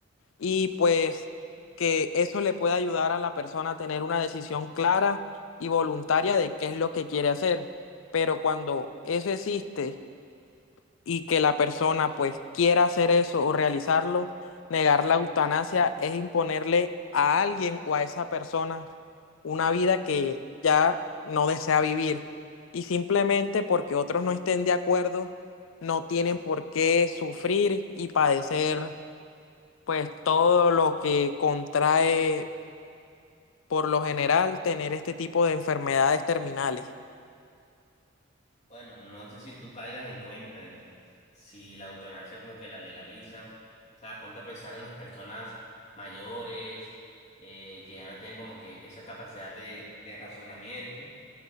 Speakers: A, on the left (about 75°); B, on the left (about 35°).
A: y pues que eso le pueda ayudar a la persona a tener una decisión clara y voluntaria de qué es lo que quiere hacer. Pero cuando eso existe y que la persona pues quiera hacer eso o realizarlo, negar la eutanasia es imponerle a alguien o a esa persona una vida que ya no desea vivir. Y simplemente porque otros no estén de acuerdo, no tienen por qué sufrir y padecer pues todo lo que contrae por lo general tener este tipo de enfermedades terminales.
B: Bueno, no sé si tú caigas en cuenta de que si la eutanasia como que la legalizan, o sea, ponte a pensar en las personas mayores, eh, que ya no tienen como que esa capacidad de, de razonamiento